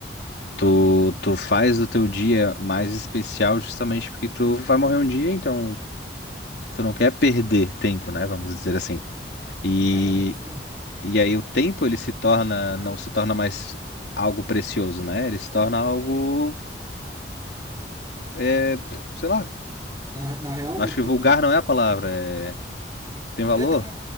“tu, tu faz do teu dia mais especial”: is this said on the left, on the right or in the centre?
Left